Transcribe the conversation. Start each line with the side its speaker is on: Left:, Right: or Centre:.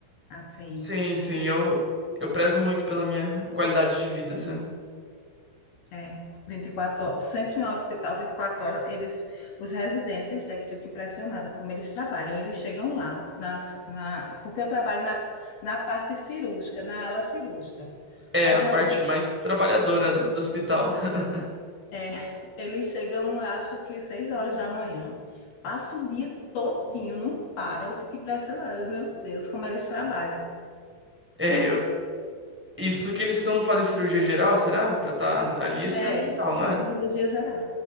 Left: Assim,
Centre: Sim, sim, eu, eu prezo muito pela minha qualidade de vida, sabe?
Left: É, 24 horas, sempre no hospital, 24 horas, eles, os residentes, eu fico impressionada como eles trabalham, eles chegam lá, nas, na, porque eu trabalho na, na parte cirúrgica, na ala cirúrgica.
Centre: É
Left: Aí
Centre: a
Left: os, re-
Centre: parte mais trabalhadora do, do hospital. <laughs>
Left: é, eles chegam, acho que 6 horas da manhã, passa o dia todinho, não param, eu fico impressionada, meu Deus, como eles trabalham.
Centre: É, eu- isso que eles são, fazem cirurgia geral, será? Pra estar ali é cirurgia
Left: É,
Centre: geral, não é?
Left: cirurgia geral.